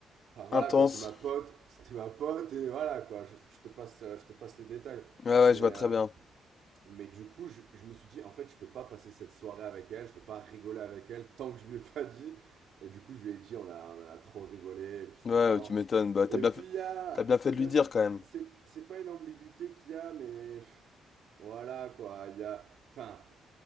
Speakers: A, on the right; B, on the left.
A: Ah voilà,
B: Intense.
A: quoi, c'est ma pote, c'était ma pote, et voilà, quoi, je, je te, passe, euh, je te passe les détails.
B: Ouais, ouais,
A: Mais,
B: je vois très
A: euh,
B: bien.
A: mais du coup, je, je me suis dit, en fait, je peux pas passer cette soirée avec elle, je peux pas rigoler avec elle tant que je lui ai pas dit. Et du coup, je lui ai dit, on a, on a trop rigolé, et puis c'était
B: Ouais,
A: marrant.
B: tu m'étonnes. Bah, t'as
A: Et
B: bien
A: puis,
B: fait...
A: il y a...
B: t'as bien fait
A: il
B: de lui
A: Y a
B: dire
A: c'est,
B: quand même.
A: c'est, c'est pas une ambiguïté qu'il y a, mais... pff, Voilà, quoi, il y a... Enfin,